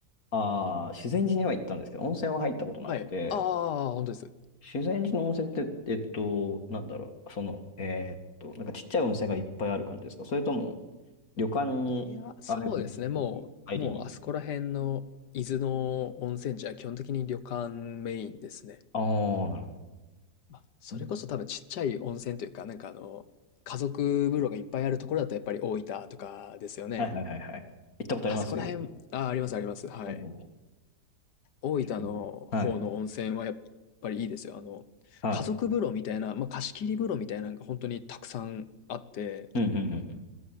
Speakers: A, on the left; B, on the left.
A: ああ、修善寺には行ったんですけど、温泉は入ったことなくて、
B: はい。ああ、本当です。
A: 修善寺の温泉って、えっと、なんだろう、その、えーっと、なんかちっちゃい温泉がいっぱいある感じですかそれとも、旅館にある温泉に入りに行く。
B: いや、そうですね。もう、もうあそこら辺の伊豆の温泉地は基本的に旅館メインですね。
A: ああー、なるほど。
B: まあ、それこそ多分ちっちゃい温泉というか、
A: うん
B: なんかあの、家族風呂がいっぱいあるところだとやっぱり大分とかですよね。
A: はいはいはいはい。行ったことあります
B: あそこら辺、あ、ありますあります。はい。
A: おお
B: 大分の方の温泉はやっぱりいいですよ。
A: ー。うんはい。
B: あの、
A: はい。
B: 家族風呂みたいな、まあ、貸し切り風呂みたいなのが本当にたくさんあって、
A: うんうんうんうん。